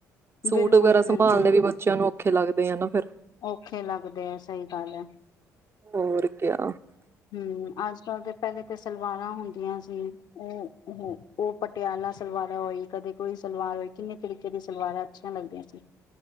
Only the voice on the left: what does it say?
ਬਿਲਕੁਲ
ਬਿਲਕੁਲ
ਔਖੇ ਲੱਗਦੇ ਆ ਸਹੀ ਗੱਲ ਹੈ
ਹਮ ਅੱਜ ਪਹਿਲੇ ਤੇ ਸਲਵਾਰਾਂ ਹੁੰਦੀਆਂ ਸੀ, ਉਹ ਉਹ ਪਟਿਆਲਾ ਸਲਵਾਰਾਂ ਹੋਈ ਕਦੇ ਕੋਈ ਸਲਵਾਰ ਹੋਈ ਕਿੰਨੇ ਤਰੀਕੇ ਦੀ ਸਲਵਾਰਾਂ ਅੱਛੀਆ ਲੱਗਦੀਆਂ ਸੀ।